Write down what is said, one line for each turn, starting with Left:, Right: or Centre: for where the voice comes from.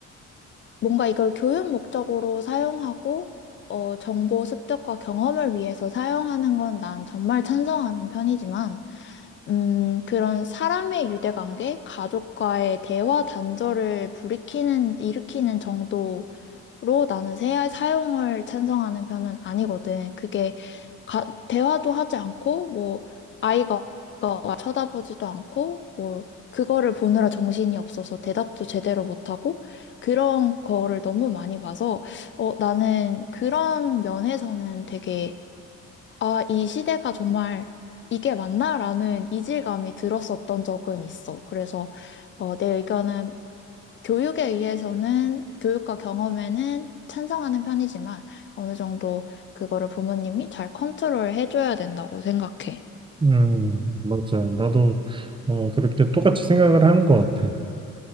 Left: 뭔가 이걸 교육 목적으로 사용하고, 어, 정보 습득과 경험을 위해서 사용하는 건 난 정말 찬성하는 편이지만, 음, 그런 사람의 유대관계, 가족과의 대화 단절을 불이키는, 일으키는 정도 로 나는 세- 사용을 찬성하는 편은 아니거든. 그게 가- 대화도 하지 않고 뭐 아이가 아이가 쳐다보지도 않고 뭐 그거를 보느라 정신이 없어서 대답도 제대로 못하고 그런 거를 너무 많이 봐서 어 나는 그런 면에서는 되게 아 이 시대가 정말 이게 맞나라는 이질감이 들었었던 적은 있어. 그래서 어, 내 의견은 교육에 의해서는 교육과 경험에는 찬성하는 편이지만 어느 정도 그거를 부모님이 잘 컨트롤 해줘야 된다고 생각해.
Right: 음, 맞아. 나도 어, 그렇게 똑같이 생각을 하는 것 같아.